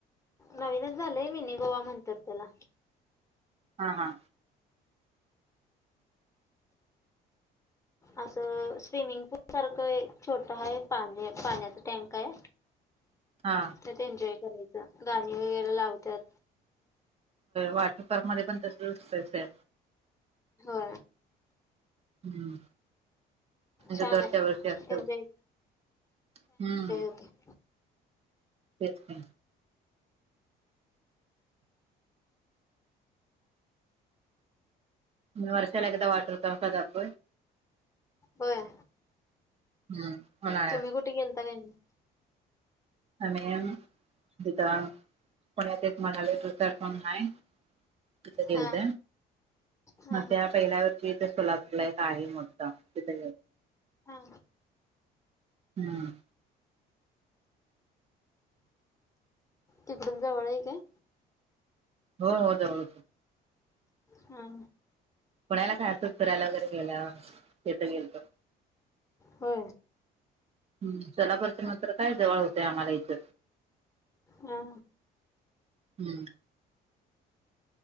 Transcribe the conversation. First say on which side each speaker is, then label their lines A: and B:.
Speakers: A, on the left; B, on the right.
A: नवीनच झालंय मिीनी गोवा म्हणतात त्याला
B: हां हां
A: असं स्विमिंग पूल सारखं एक छोटा आहे पाणी पाण्याचा टँक आहे. ह.
B: हा
A: त्यात एन्जॉय करायचं गाणी वगैरे लावतात.
B: वाटर पार्क मध्ये पण तसं दिसतच आहे.
A: हो.
B: हम्म म्हणजे
A: छान
B: दरच्या्या
A: आहे
B: वर्षी असत
A: एन्जॉय
B: हम्म.
A: हो.
B: तेठी वर्षालागदा वाटर क क आप
A: होय.
B: हम्म. उन्हाळ्यात
A: तुम्ही कुठे गेलता काय नाही.
B: आम् जथ पुण्यात एक मनाले त पफम नाही त दित
A: हा हा
B: मग त्या
A: हा
B: पहिल्यावर जिथ सुलापलायक आहे मोठा तिथ.
A: हा
B: हम्म
A: तिकडून जवळ आहे काय.
B: हो हो जाऊ.
A: हा.
B: कोणाला काय असंच करायला वगैरे गेय तथं गेलतो.
A: हो.
B: हम् चलापरच्या मंत्र काय जवळ होते आम्हाला इथं
A: हा
B: हम्म.